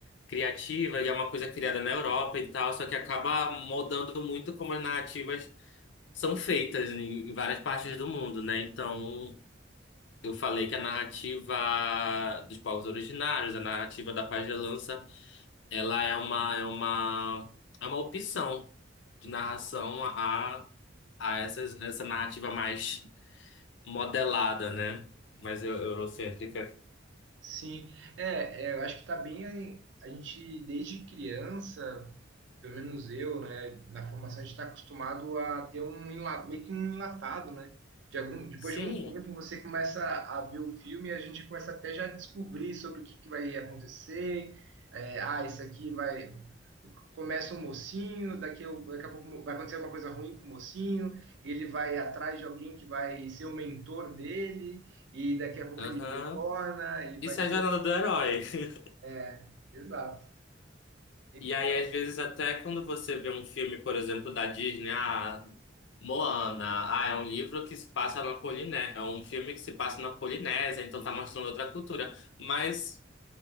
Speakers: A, on the left; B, on the right.
A: criativa, e é uma coisa criada na Europa e tal, só que acaba moldando muito como as narrativas são feitas em, em várias partes do mundo, né? Então, eu falei que a narrativa dos povos originários, a narrativa da pagelança, ela é uma, é uma, é uma opção de narração a, a essa, essa narrativa mais modelada, né? Mais eu- eurocêntrica.
B: sim. É, é, eu acho que tá bem. aí, A gente, desde criança, pelo menos eu, né, na formação a gente está acostumado a ter um enla- meio que um enlatado, né? De algum, depois
A: Sim,
B: de um tempo você começa a ver o filme e a gente começa até já a descobrir sobre o que, que vai acontecer. É, ah, isso aqui vai. Começa um mocinho, daqui a, daqui a pouco vai acontecer uma coisa ruim com o mocinho, ele vai atrás de alguém que vai ser o mentor dele, e daqui a pouco
A: aham.
B: ele retorna e vai
A: Isso é
B: ter.
A: a jornada do herói. <laughs>
B: é, Exato. Então,
A: E aí, às vezes, até quando você vê um filme, por exemplo, da Disney, ah, Moana, ah, é um livro que se passa na Polinésia, é um filme que se passa na Polinésia, então tá mostrando outra cultura, mas